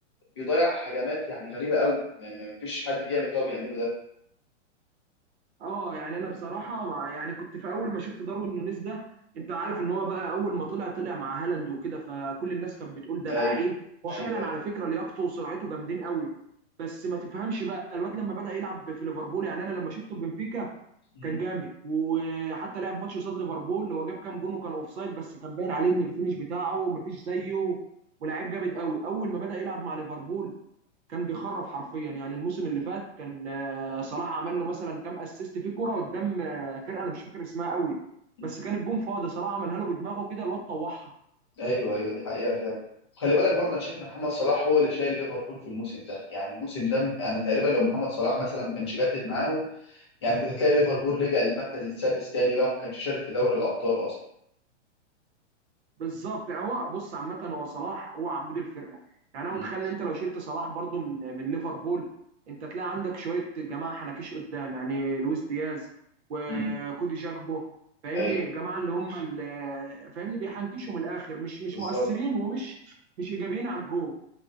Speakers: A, on the left (about 25°); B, on the right (about 60°).
A: بيضيع هجمات يعني غريبه قوي ما ما فيش حد بيعمل اللي هو بيعمله ده
B: اه يعني انا بصراحه مع يعني كنت في اول ما شفت داروين نونيز ده انت عارف ان هو بقى اول ما طلع طلع مع هالاند وكده فكل الناس كانت بتقول ده
A: ايوه
B: لعيب هو فعلا
A: ايوه ايوه
B: على فكره لياقته وسرعته جامدين قوي بس ما تفهمش بقى الواد لما بدأ يلعب في ليفربول يعني انا لما شفته في بنفيكا
A: مم.
B: كان جامد وحتى لعب ماتش قصاد ليفربول هو جاب كام جون وكان اوفسايد بس كان باين عليه ان الفينش بتاعه مفيش زيه ولاعيب جامد قوي اول ما بدأ يلعب مع ليفربول كان بيخرف حرفيا يعني الموسم اللي فات كان آه، صلاح عمل له مثلا كام اسيست في كرة قدام آه، فرقة انا مش فاكر اسمها قوي
A: مم.
B: بس كان الجون فاضي صلاح عملها له بدماغه كده الواد طوحها
A: ايوه ايوه دي حقيقه فعلا خلي بالك برضه انا شايف ان محمد صلاح هو اللي شايل ليفربول في الموسم ده يعني الموسم ده انا تقريبا لو محمد صلاح مثلا ما كانش جدد معاهم يعني كنت تلاقي ليفربول لجأ للمركز السادس تاني بقى وما كانش شارك في دوري الأبطال أصلا
B: بالظبط يعني هو بص عامة هو صلاح هو عمود الفرقة يعني انا
A: مم.
B: متخيل ان انت لو شلت صلاح برضو من من ليفربول انت تلاقي عندك شوية جماعة حنكيش قدام يعني لويس دياز وكودي
A: مم.
B: جاكبو فاهمني
A: أيوه
B: الجماعة اللي هم اللي فاهمني بيحنكشوا من الاخر مش مش
A: بالظبط
B: مؤثرين ومش مش ايجابيين على الجول